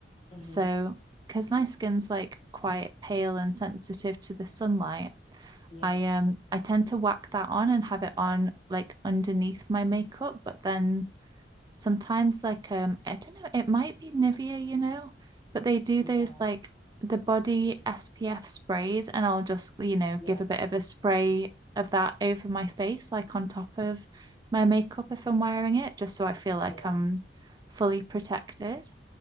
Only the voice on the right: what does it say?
So, because my skin's like quite pale and sensitive to the sunlight,
I um I tend to whack that on and have it on like underneath my makeup, but then sometimes like um I don't know, it might be Nivea, you know, but they do
those like the body SPF sprays and I'll just, you know,
give a bit of a spray of that over my face, like on top of my makeup if I'm wearing it, just so I feel like
I'm fully protected.